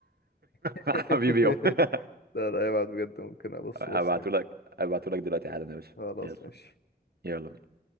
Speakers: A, on the left; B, on the right.
A: <laughs>
B: <laughs> حبيبي يابا
A: لا لا ابعت بجد ممكن ابص
B: هبعته
A: بص كده
B: لك هبعته لك دلوقتي حالا يا باشا
A: خلاص
B: يلا
A: ماشي
B: يلا